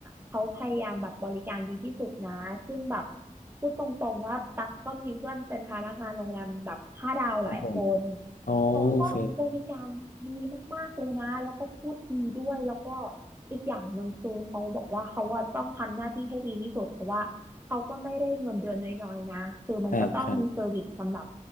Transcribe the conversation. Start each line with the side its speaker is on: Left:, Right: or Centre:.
Right: เขาพยายามแบบบริการดีที่สุดนะซึ่งแบบพูดตรงๆว่าตักก็มีเพื่อนเป็นพนักงานโรงแรมแบบห้าดาวหลายคน
Left: ครับผมอ๋อโอเค
Right: เขาก็บริการดีมากๆเลยนะแล้วก็พูดดีด้วยแล้วก็อีกอย่างหนึ่งคือเขาบอกว่าเขาว่าต้องทำหน้าที่ให้ดีที่สุดเพราะว่า เขาก็ไม่ได้เงินเดือนน้อยๆนะ คือมันก็ต้องมีเซอร์วิสสำหรับ
Left: ครับครับ